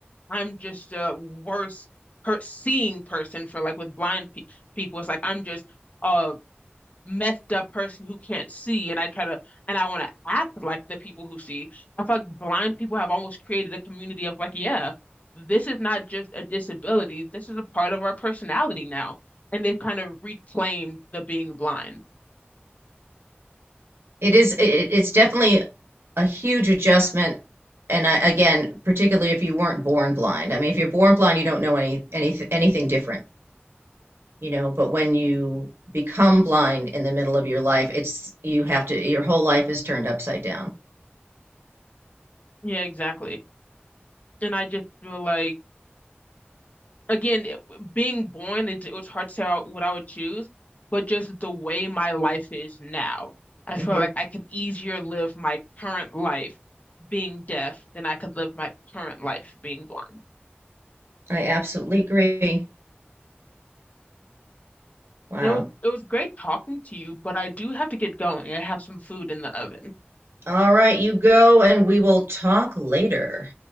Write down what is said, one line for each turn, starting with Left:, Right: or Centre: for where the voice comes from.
Left: I'm just a worse per seeing person for like with blind pe people. It's like I'm just a messed up person who can't see, and I try to and I want to act like the people who see. I feel like blind people have almost created a community of like, yeah, this is not just a disability. This is a part of our personality now, and they've kind of reclaimed the being blind.
Right: It is, it, it's definitely a huge adjustment. And I, again, particularly if you weren't born blind. I mean, if you're born blind, you don't know any, any anything different, you know, but when you become blind in the middle of your life, it's, you have to, your whole life is turned upside down.
Left: Yeah, exactly. And I just feel like. again, it- being born, it, it was hard to say what I would choose, but just the way my life is now, I
Right: hmm
Left: feel like I could easier live my current life being deaf than I could live my current life being blind.
Right: I absolutely agree. Wow.
Left: And it was it was great talking to you, but I do have to get going. I have some food in the oven.
Right: All right, you go and we will talk later.